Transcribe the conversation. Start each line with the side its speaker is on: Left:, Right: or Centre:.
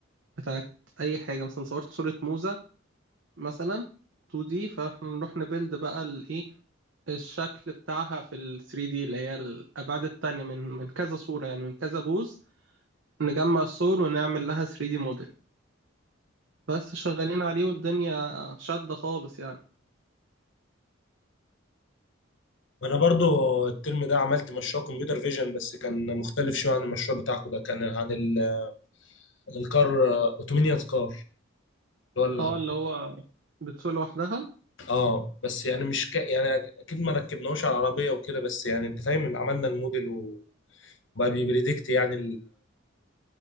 Right: بتاعت أي حاجة مثلا صورت صورة موزة مثلا 2D فاحنا نروح نبيلد بقى الإيه الشكل بتاعها في ال 3D اللي هي الأبعاد التانية من من كذا صورة يعني من كذا بوز نجمع الصور ونعمل لها 3D موديل بس شغالين عليه والدنيا شادة خالص يعني
Left: انا برضو الترم ده عملت مشروع كمبيوتر فيجن بس كان مختلف شويه عن المشروع بتاعكم ده كان عن ال- الكار اوتومينيوس كار اللي هو العربية.
Right: اه اللي هو بتسوق لوحدها
Left: اه بس يعني مش ك... يعني اكيد ما ركبناهوش على العربيه وكده بس يعني انت فاهم اللي عملنا الموديل وبقى بيبريدكت يعني